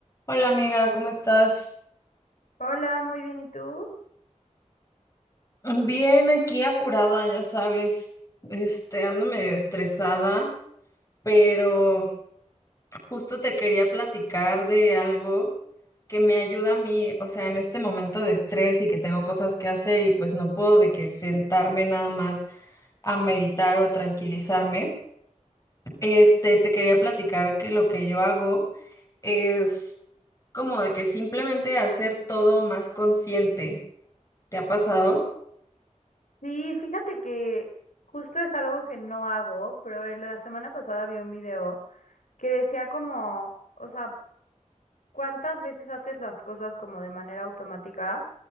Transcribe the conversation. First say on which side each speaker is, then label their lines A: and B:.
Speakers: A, on the left (about 25°); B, on the left (about 85°).
A: Hola amiga, ¿cómo estás?
B: Hola, muy bien, ¿y tú?
A: Bien, aquí apurada, ya sabes, este, ando medio estresada, pero justo te quería platicar de algo que me ayuda a mí, o sea, en este momento de estrés y que tengo cosas que hacer y pues no puedo de que sentarme nada más a meditar o a tranquilizarme. Este, te quería platicar que lo que yo hago es como de que simplemente hacer todo más consciente. ¿Te ha pasado?
B: Sí, fíjate que justo es algo que no hago, pero en la semana pasada vi un video que decía como, o sea, cuántas veces haces las cosas como de manera automática